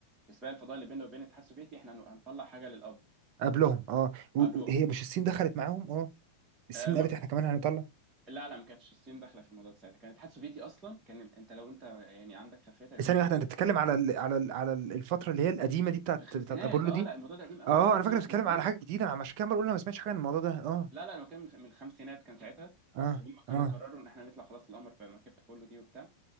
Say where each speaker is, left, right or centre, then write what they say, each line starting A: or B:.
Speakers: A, on the right (about 20°); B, on the right (about 45°).
A: في سباق الفضاء اللي بيننا وبين الاتحاد السوفيتي احنا هن- هنطلع حاجه للقمر
B: قبلهم اه و-
A: قبلهم
B: وهي مش الصين دخلت معاهم اه الصين
A: آه ما...
B: قالت احنا كمان هنطلع
A: لا لا ما كانتش الصين داخله في الموضوع ده ساعتها كان الاتحاد السوفيتي اصلا كان ال... انت لو انت يعني عندك خلفيه تاريخيه
B: ثانية
A: في الموضوع
B: واحدة أنت
A: ده
B: بتتكلم على ال على ال على ال- الفترة اللي هي القديمة دي بتاعت
A: في الخمسينات
B: بتاعت أبولو
A: اه
B: دي؟
A: لا الموضوع ده قديم قوي
B: أه
A: يا بيقولوا
B: أنا فاكر
A: دي يا
B: بتتكلم
A: خمسينات
B: على حاجة جديدة أنا عشان كده عمال أقول أنا ما سمعتش حاجة عن الموضوع ده أه
A: لا لا انا بتكلم من من الخمسينات كان ساعتها
B: أه
A: وهم كانوا
B: أه
A: قرروا ان احنا نطلع خلاص القمر بمركبة ابولو دي وبتاع